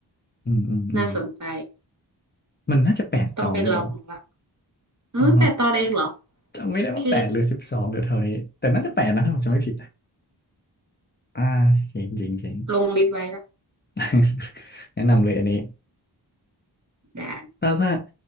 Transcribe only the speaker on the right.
น่าสนใจ
ต้องไปลองละเออแปดตอนเองเหรอ
โอเค
ลงลิสต์ไว้ละ
ได้